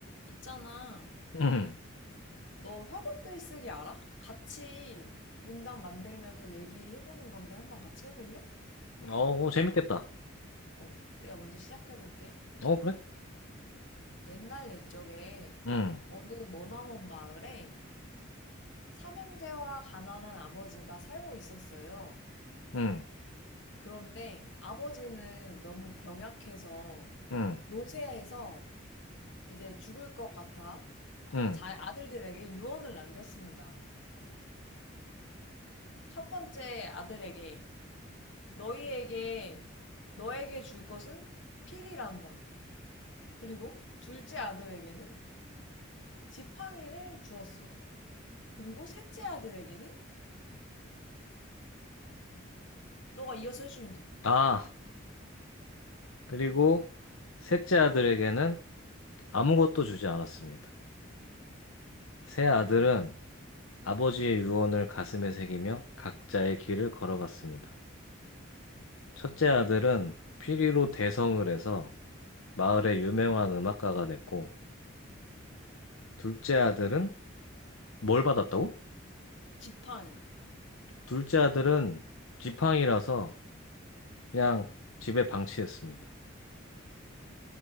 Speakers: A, on the left; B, on the left.
A: 있잖아.
B: 응.
A: 너 협업 글쓰기 알아? 같이 문장 만들면서 얘기해보는 건데 한번 같이 해볼래?
B: 어, 오, 재밌겠다.
A: 어, 내가 먼저 시작해볼게.
B: 어, 그래?
A: 옛날 옛적에
B: 응,
A: 어느 머나먼 마을에 삼형제와 가난한 아버지가 살고 있었어요.
B: 응,
A: 그런데 아버지는 너무 병약해서
B: 응,
A: 노쇠해서 이제 죽을 것 같아 아,
B: 응.
A: 자- 아들들에게 유언을 남겼습니다. 첫 번째 아들에게 너희에게 너에게 줄 것은 필이란다. 그리고 둘째 아들에게는 지팡이를 주었어요. 그리고 셋째 아들에게는 너가 이어서 해주면 돼.
B: 아, 그리고 셋째 아들에게는 아무것도 주지 않았습니다. 세 아들은
A: 오,
B: 아버지의 유언을 가슴에 새기며 각자의 길을 걸어갔습니다. 첫째 아들은 피리로 대성을 해서 마을의 유명한 음악가가 됐고, 둘째 아들은 뭘 받았다고?
A: 지팡이.
B: 둘째 아들은 지팡이라서 그냥 집에 방치했습니다.